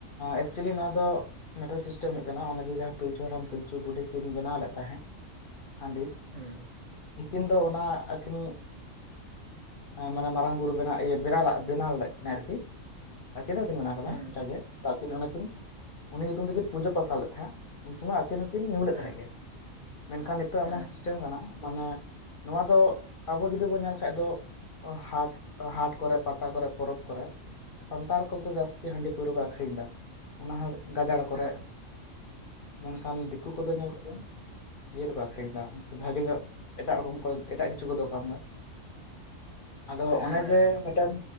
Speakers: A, on the left (about 50°); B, on the right (about 40°).
A: ᱮᱠᱪᱩᱭᱮᱞᱤ ᱱᱚᱣᱟ ᱫᱚ ᱢᱮᱴᱟᱞ ᱥᱤᱥᱴᱮᱢ ᱦᱭᱜ ᱠᱟᱱᱟ ᱚᱱᱮ ᱡᱮ ᱡᱟᱦᱟᱸ ᱯᱤᱞᱪᱩ ᱦᱟᱲᱟᱢ ᱯᱤᱞᱪᱩ ᱵᱩᱰᱷᱤ ᱠᱤᱱ ᱵᱮᱱᱟᱣ ᱞᱮᱫ ᱛᱟᱦᱮᱸᱜ ᱦᱟᱸᱰᱤ
B: ᱦᱩᱸ
A: ᱩᱱᱠᱤᱱ ᱫᱚ ᱚᱱᱟ ᱟᱹᱠᱷᱤᱱ ᱮᱸ ᱢᱟᱱᱮ ᱢᱟᱨᱟᱝ ᱵᱩᱨᱩ ᱵᱮᱱᱟ ᱤᱭᱟᱹ ᱵᱮᱱᱟᱣ ᱞᱟᱜ ᱵᱮᱱᱟᱣ ᱞᱮᱫ ᱠᱤᱱᱟᱹ ᱟᱨᱠᱤ ᱟᱠᱤᱱ ᱫᱚ ᱤᱥᱤᱱ ᱢᱟᱱᱟᱣ ᱠᱟᱫᱟ
B: ᱦᱩᱸ
A: ᱡᱟᱜᱮ ᱛᱚ ᱟᱹᱠᱤᱱ ᱚᱱᱟᱠᱤᱱ ᱩᱱᱤ ᱧᱩᱛᱩᱢ ᱛᱮᱠᱤᱱ ᱯᱩᱡᱟᱹ ᱯᱟᱥᱟ ᱞᱮᱫ ᱛᱟᱦᱮᱸᱜ ᱩᱱ ᱥᱚᱢᱚᱭ ᱟᱹᱠᱤᱱ ᱦᱚᱸᱠᱤᱱ ᱧᱩ ᱞᱮᱫ
B: ᱦᱮᱸ
A: ᱛᱟᱦᱮᱸᱜ ᱜᱮ᱾ ᱢᱮᱱᱠᱷᱟᱱ ᱱᱤᱛᱚᱜ
B: ᱦᱮᱸ
A: ᱮᱢᱚᱱ ᱥᱤᱥᱴᱮᱢ ᱠᱟᱱᱟ ᱢᱟᱱᱮ ᱱᱚᱣᱟ ᱫᱚ ᱟᱵᱚ ᱡᱚᱫᱤ ᱵᱚᱱ ᱧᱮᱞ ᱠᱷᱟᱡ ᱫᱚ ᱦᱟᱴ ᱦᱟᱴ ᱠᱚᱨᱮ ᱯᱟᱛᱟ ᱠᱚᱨᱮ ᱯᱚᱨᱚᱵᱽ ᱠᱚᱨᱮ ᱥᱟᱱᱛᱟᱲ ᱠᱚᱫᱚ ᱡᱟᱥᱛᱤ ᱦᱟᱺᱰᱤ ᱯᱟᱹᱣᱨᱟᱹ ᱠᱚ ᱟᱠᱷᱨᱤᱧ ᱫᱟ ᱚᱱᱟ ᱦᱚᱸ ᱜᱟᱡᱟᱲ ᱠᱚᱨᱮ᱾
B: ᱦᱮᱸ ᱦᱮᱸ
A: ᱢᱮᱱᱠᱷᱟᱱ ᱫᱤᱠᱩ ᱠᱚᱫᱚ ᱧᱮᱞ ᱠᱚᱢ᱾ ᱤᱭᱟᱹ ᱨᱮᱠᱚ ᱟᱠᱷᱨᱤᱧ ᱫᱟ ᱩᱱᱠᱩ ᱫᱚ ᱵᱷᱟᱜᱮ ᱧᱚᱜ ᱮᱴᱟᱜ ᱨᱚᱠᱚᱢ ᱠᱚ ᱮᱴᱟᱜ ᱠᱤᱪᱷᱩ ᱠᱚ ᱫᱚᱠᱟᱱᱫᱟ᱾ ᱟᱫᱚ
B: ᱦᱮᱸ
A: ᱚᱱᱮ ᱡᱮ ᱢᱤᱫᱴᱮᱱ